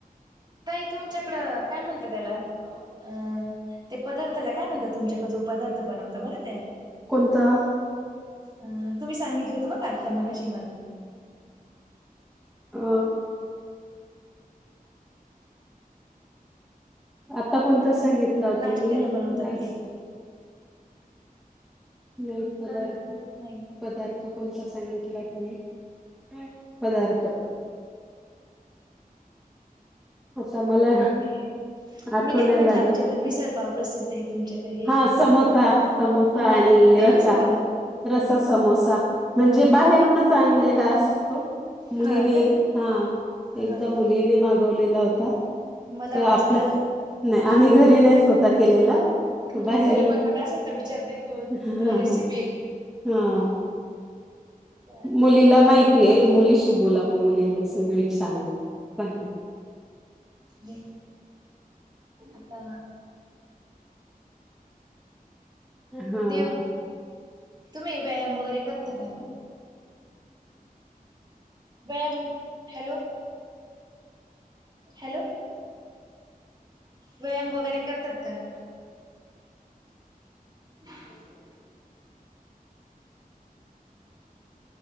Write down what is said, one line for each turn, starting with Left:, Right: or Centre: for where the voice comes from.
Right: ताई तुमच्याकडं काय म्हणतात याला? अ, ते पदार्थाला काय म्हणतात तुमच्याकडे जो पदार्थ बनवता बर काय?
Centre: कोणता?
Right: अ तुम्ही सांगितलं होतं ब काता मगशी मला.
Centre: अ. आता कोणतं सांगितलं होतं
Right: नाश्त्याला
Centre: मी,
Right: बनवतात
Centre: नाच
Right: ते
Centre: लई पदार्थ
Right: नई.
Centre: पदार्थ कोणता सांगितलाय का मी, काय, पदार्थ? आता मला,
Right: मी
Centre: आठाऊ
Right: मी
Centre: नाही
Right: म्हणलं
Centre: लागलं,
Right: आमच्याकडे मिसळपाव प्रसिद्ध आहे तुमच्याकडे हे
Centre: हा
Right: म्हणे
Centre: समोसा.
Right: काय ते
Centre: समोसा
Right: हा हा
Centre: आणि
Right: ते
Centre: रस्सा.
Right: कसं बनवत हा
Centre: रस्सा समोसा,
Right: हा
Centre: म्हणजे
Right: हा
Centre: बाहेरूनच आणलेला असतो. मुलीने
Right: हा का
Centre: हा,
Right: ह
Centre: एकदा
Right: ह
Centre: मुलीने मागवलेला होता.
Right: मला
Centre: त
Right: वाटलं
Centre: आपला, नाही आम्ही घरी नाही स्वतः केलेला.
Right: हा म्हटलं
Centre: बाहेरून
Right: घरी बनवत असेल तर विचारते तू-
Centre: हा
Right: तुला रेसिपी?
Centre: हा हा.
Right: चालेल
Centre: मुलीला माहितीये मुलीशी बोला म मुलीला सगळीच सांग, सांग ग. <inaudible>
Right: हॅलो, आता
Centre: हा
Right: देव तुम्ही व्यायाम वगैरे करता का? व्यायाम, हॅलो, हॅलो. व्यायाम वगैरे करतात का? <inaudible>